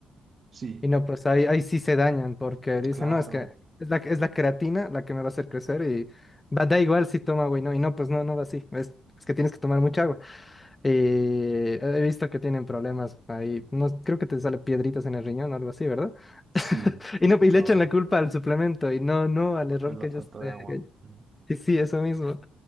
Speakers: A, on the right (about 40°); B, on the left (about 20°).
A: Sí,
B: Y no, pues ahí, ahí sí se dañan porque dicen,
A: claro,
B: no, es que es la, es la creatina la que me va a hacer crecer y va, da igual si toma agua y no, y no, pues no, no va así. Es, es que tienes que tomar mucha agua. Y he visto que tienen problemas ahí. No, creo que te sale piedritas en el riñón o algo así, ¿verdad?
A: sí,
B: Y,
A: he escuchado
B: no, y le echan
A: eso.
B: la culpa al suplemento y no, no al error
A: Es la
B: que
A: falta
B: ellos...
A: de
B: eh,
A: agua.
B: que-
A: Mm,
B: sí, sí, eso mismo.